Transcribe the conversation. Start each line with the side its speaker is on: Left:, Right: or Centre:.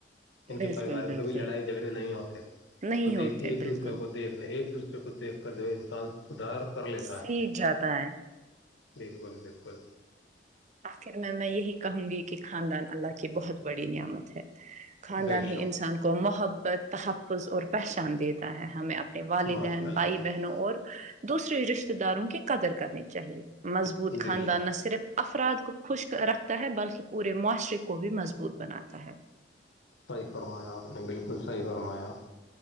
Left: ان
Right: بالکل
Left: کے پریوار میں
Right: بالکل
Left: کبھی لڑائی جھگڑے نہیں ہوتے
Right: نہیں
Left: تو
Right: ہوتے
Left: دیکھیے ایک
Right: بالکل
Left: دوسرے کو دیکھنے ایک دوسرے کو دیکھ کر جو انسان سدھار کر لیتا
Right: سیکھ
Left: ہے
Right: جاتا ہے
Left: بالکل بالکل
Right: آخر میں میں یہی کہوں گی کہ خاندان اللہ کی بہت بڑی نعمت ہے خاندان
Left: بے
Right: ہی
Left: شک
Right: انسان کو محبت تحفظ اور پہچان دیتا ہے ہمیںپ نے والدین
Left: ماشاء اللہ
Right: بھائی بہنوں اور دوسرے رشتے داروں کی قدر کرنی چاہیے مضبوط
Left: بے
Right: خاندان
Left: شک
Right: نہ صرف افراد کو خشک رکھتا ہے بلکہ پورے معاشرے کو بھی مضبوط بناتا ہے
Left: صحیح فرمایا آپ نے بالکل صحیح فرمایا